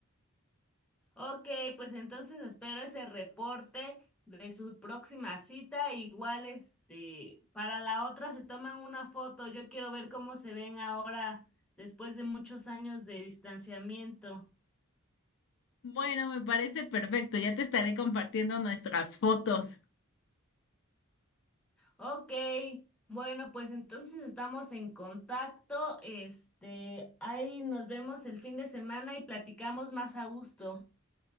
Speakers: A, in the centre; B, on the left (about 60°).
A: Ok, pues entonces espero ese reporte de su próxima cita. Igual, este, para la otra se toman una foto. Yo quiero ver cómo se ven ahora después de muchos años de distanciamiento.
B: Bueno, me parece perfecto. Ya te estaré compartiendo nuestras fotos.
A: Ok, bueno, pues entonces estamos en contacto. Este, ahí nos vemos el fin de semana y platicamos más a gusto.